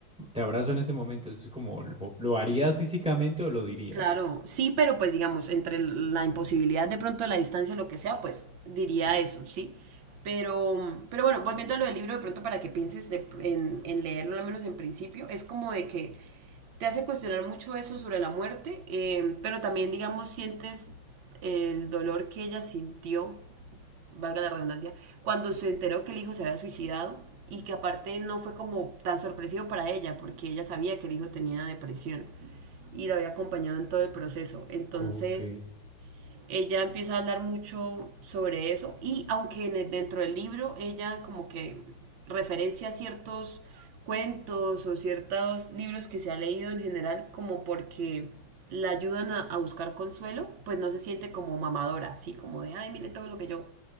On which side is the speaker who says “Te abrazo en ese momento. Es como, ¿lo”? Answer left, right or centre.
Centre